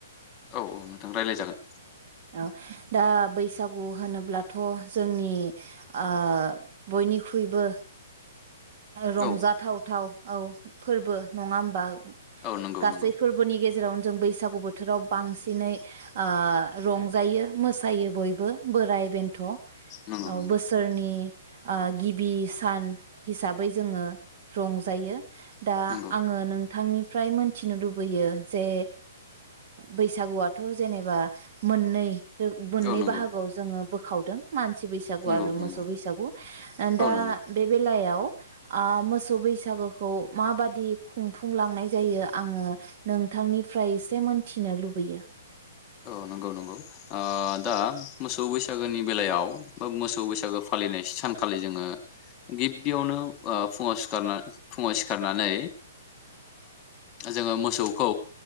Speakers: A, on the left (about 25°); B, on the right (about 45°).
A: औ औ नोंथां रायलाय जागोन
B: ओ दा बैसागु होनोब्लाथ' जोंनि ओ बयनिख्रुइबो रंजाथाव
A: औ
B: थाव औ फोरबो नङा होमबा
A: औ नंगौ
B: गासै
A: नंगौ
B: फोरबोनि गेजेरावनो जों बैसागु बोथोराव बांसिनै ओ रंजायो मोसायो बयबो बोराइ बेन्थ' औ
A: नंगौ नंगौ
B: बोसोरनि आ गिबि सान हिसाबै जोङो रंजायो दा
A: नंगौ
B: आङो नों नोंथांनिफ्राय मोनथिनो लुबैयो ओ जे बैसागुआथ' जेनेबा मोननै मोननै
A: औ नंगौ
B: बाहागोआव जोङो बोखावदों मानसि बैसागु
A: नंगौ
B: आरो
A: नंगौ
B: मोसौ बैसागु दा
A: औ नंगौ
B: बे बेला बेलाव ओ मोसौ बैसागुखौ माबादि खुंफुंलांनाय जायो आङो नोंथांनिफ्राय एसे मोनथिनो लुबैयो
A: औ नंगौ नंगौ ओ दा मोसौ बैसागोनि बेलायाव बा मोसौ बैसागो फालिनाय सानखालि जोङो गिबियावनो ओ फुङाव सिखारना फुङाव सिखारनानै जोङो ओ मोसौखौ